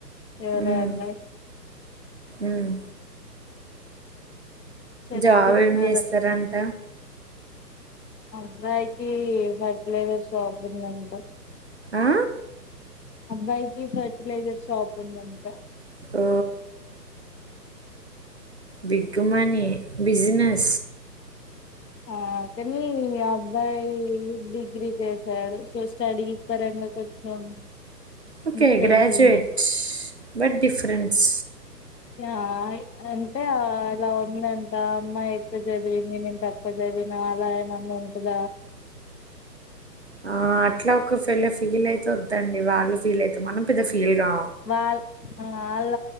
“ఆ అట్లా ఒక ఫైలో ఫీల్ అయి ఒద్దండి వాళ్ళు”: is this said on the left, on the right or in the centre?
Right